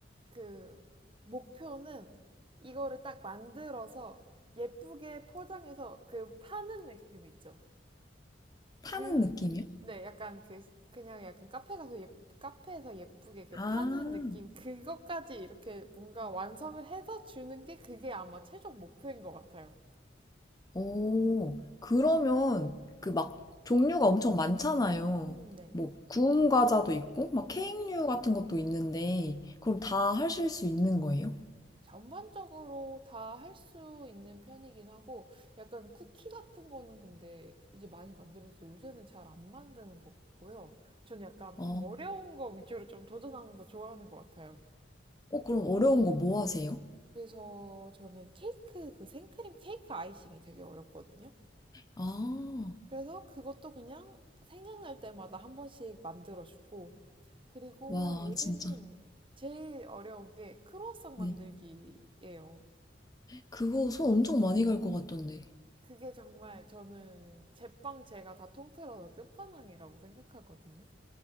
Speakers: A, on the right (about 30°); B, on the left (about 20°).
A: 그 목표는 이거를 딱 만들어서 예쁘게 포장해서 그 파는 느낌 있죠.
B: 타는
A: 그,
B: 느낌이요?
A: 네, 약간 그, 그냥 약간 카페 가서 예, 카페에서 예쁘게 그
B: 아,
A: 파는 느낌, 그것까지 이렇게 뭔가 완성을 해서 주는 게 그게 아마 최종 목표인 것 같아요.
B: 오, 그러면 그 막 종류가 엄청 많잖아요.
A: 음, 네.
B: 뭐 구운 과자도 있고 막 케이크류 같은 것도 있는데 그럼 다 하실 수 있는 거예요?
A: 전반적으로 다 할 수 있는 편이긴 하고, 약간 쿠키 같은 거는 근데 이제 많이 만들어서 요새는 잘 안 만드는 것 같고요. 전 약간
B: 아,
A: 어려운 거 위주로 좀 도전하는 거 좋아하는 것 같아요.
B: 어, 그럼 어려운 거 뭐 하세요?
A: 그래서 저는 케이크, 그 생크림 케이크 아이싱이 되게 어렵거든요.
B: 아,
A: 그래서 그것도 그냥 생각날 때마다 한 번씩 만들어주고, 그리고
B: 와,
A: 요새는
B: 진짜.
A: 제일 어려운 게 크로아상
B: 네.
A: 만들기예요.
B: 그거 손 엄청 많이 갈 것 같던데.
A: 그게 정말 저는 제빵 제가 다 통틀어서 끝판왕이라고 생각하거든요.